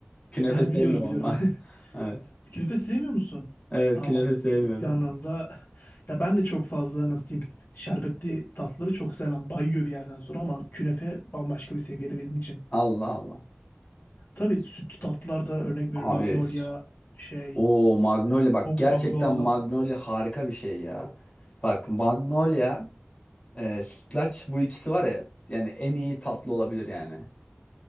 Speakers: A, on the left (about 30°); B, on the left (about 65°).
A: Künefe
B: Ha,
A: sevmiyorum
B: biliyorum biliyorum.
A: ama.
B: <laughs>
A: <laughs> Evet.
B: Künefe sevmiyor musun?
A: Evet
B: Aa
A: künefe
B: bak
A: sevmiyorum.
B: ciddi anlamda <laughs> ya ben de çok fazla nasıl diyeyim şerbetli tatları çok sevmem. Bayıyor bir yerden sonra ama künefe bambaşka bir seviyede benim için.
A: Allah Allah.
B: Tabii sütlü tatlılar da örnek veriyorum
A: Abi
B: Magnolia şey
A: O Magnolia bak
B: soğuk
A: gerçekten
B: baklava
A: Magnolia harika bir şey ya. Bak Magnolia, e, sütlaç bu ikisi var ya yani en iyi tatlı olabilir yani.